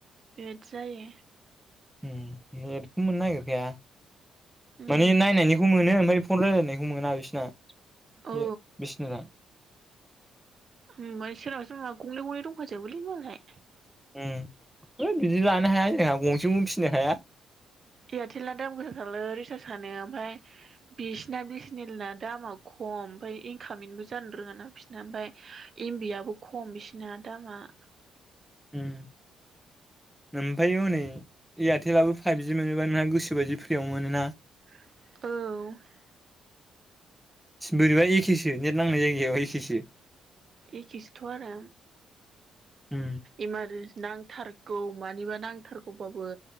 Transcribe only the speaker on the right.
बेबायदि जायो
उम
औ
ओम ओमफाय सोराबा सोराबा गंनै गंनै दंखाजोबोलै मालाय
एयारटेला दाम गोसा थारलै रिसार्ज आनो ओमफ्राय बिसिना बिसेनेल ना दामा खम ओमफ्राय इनकामिंबो जानो रोङाना बिसोरना ओमफ्राय एमबियाबो खम बिसिना दामा <inaudible>
औ
एखिसोथ आरो
इमार जे नांथारगौ मानिबा नांथारगौबाबो